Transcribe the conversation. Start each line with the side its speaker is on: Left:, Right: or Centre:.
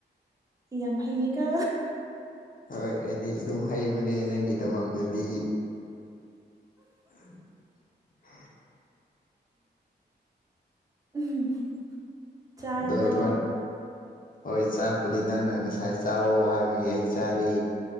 Right: ꯌꯥꯝ ꯍꯩꯌꯦꯀꯣ
Left: ꯍꯣꯏ ꯑꯩꯗꯤ ꯑꯗꯨꯝ ꯍꯩꯕꯅꯦ ꯅꯪꯒꯤꯗꯃꯛꯗꯗꯤ <inaudible>
Right: ꯎꯝ ꯆꯥꯔꯕꯣ
Left: ꯑꯗꯣ ꯏꯕꯥꯟ ꯍꯣꯏ ꯆꯥꯛꯄꯨꯗꯤ ꯅꯪꯅ ꯉꯁꯥꯏ ꯆꯥꯔꯣ ꯍꯥꯏꯕꯒꯤ ꯑꯩ ꯆꯥꯔꯦ